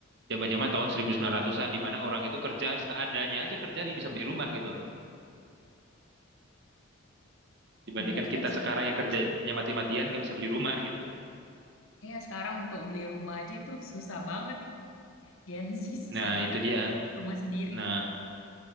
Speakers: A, on the right (about 50°); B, on the left (about 70°).
A: zaman-zaman tahun 1900-an di mana orang itu kerja seadanya aja kerja nih bisa beli rumah gitu loh dibandingkan
B: Benar, saya
A: kita
B: setuju
A: sekarang
B: banget
A: yang kerjanya
B: sih.
A: mati-matian nggak bisa beli rumah gitu
B: Iya, sekarang untuk beli rumah aja itu susah banget. Gen Z <laughs> susah
A: nah
B: banget
A: itu dia
B: dapat rumah sendiri.
A: nah